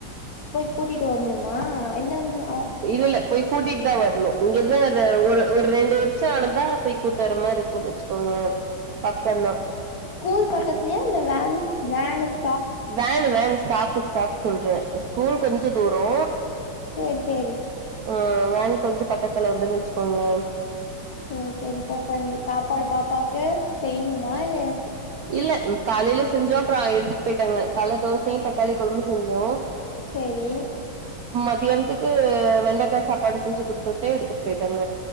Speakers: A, on the left (about 55°); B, on the right (about 70°).
A: போய் கூட்டிட்டு வரணுமா இல்லன் ஆ
B: இல்ல இல்ல போய் கூட்டிட்டு தா வரணு இங்க இருந்து ஒரு ஒரு ரெண்டு <unintelligible> போய் கூட்டுவர மாறி இருக்கும்ன்னு வச்சுக்கோங்கல பக்கம்தா
A: ஸ்கூல் பக்கத்திலயா இல்ல வேன் வேன்ஸ்
B: வேன்னு வேன் ஸ்டாப் ஸ்டாப் சொல்ற ஸ்கூல் கொஞ்சோ தூரோ
A: சேரி சேரி
B: அ வேன் கொஞ்சோ பக்கத்துல வந்துரு வச்சுக்கோங்கள
A: சேரி சேரி பாப்பன் சாப்பாடு பாப்பாக்கு செய்யணுமா இல்லை எத்து
B: இல்ல காலேல செஞ்சோ அப்புறம் எடுத்துட்டு போயிட்டாங்க கால தோசையு தக்காளி குழம்பு செஞ்சோ
A: செரி
B: மதியானத்துக்கு வெண்டைக்கா சாப்பாடு செஞ்சு குடுத்துட்டே எடுத்துட்டு போயிட்டாங்க